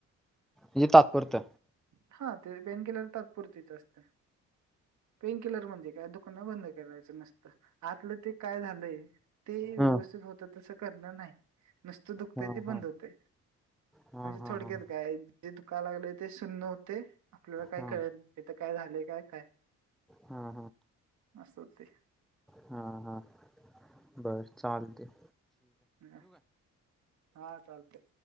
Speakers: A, in the centre; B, on the right.
A: ही तात्पुरत
B: हा ते पेन किलर तात्पुरतीच असते पेन किलर म्हणजे काय दुकन बंद करायचं नस्त आतलं ते काय झालंय ते व्यवस्थित
A: हा
B: होत तसं करणा न्हाई नुस्त दुकतय
A: हा
B: ते
A: हा
B: बंद हुतय
A: हा
B: म्हणजे
A: हा
B: थोडक्यात
A: हा
B: काय जे दुकालागलय ते सुन्न हुतय आपल्याला काय
A: हा
B: कळत इथ काय झालय काय काय
A: हा हा
B: अस हुतय
A: हा, हा बर चालतय
B: हम् हा चालतय